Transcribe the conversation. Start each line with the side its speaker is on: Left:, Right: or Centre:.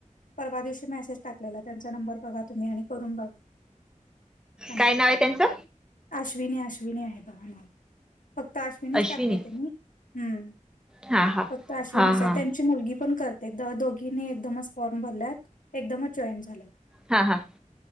Left: परवा दिवशी मेसेज टाकलेला त्यांचा नंबर बघा तुम्ही आणि करून बघा. त्यांना
Centre: काय नाव आहे त्यांचं?
Left: अश्विनी अश्विनी आहे बघ म फक्त अश्विनीच
Centre: अश्विनी
Left: टाकलंय त्यांनी हम्म.
Centre: हा हा
Left: फक्त अश्विनीच
Centre: हा
Left: आहे
Centre: हा
Left: त्यांची मुलगी पण करते. ते द दोघीनी एकदमच फॉर्म भरलेत एकदमच जॉईंट झालेत.
Centre: हा हा